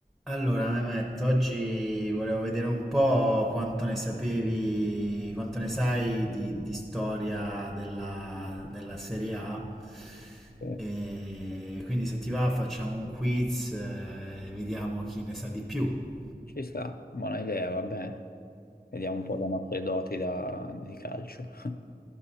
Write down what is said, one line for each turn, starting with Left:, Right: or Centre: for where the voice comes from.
Centre: Allora, Mehmet, oggi volevo vedere un po' quanto ne sapevi, quanto ne sai di, di storia della, della Serie A.
Left: Sì,
Centre: E quindi se ti va facciamo un quiz eh, e vediamo chi ne sa di più.
Left: Ci sta, buona idea, vabbè. Vediamo un po' le nostre doti da- di calcio. <laughs>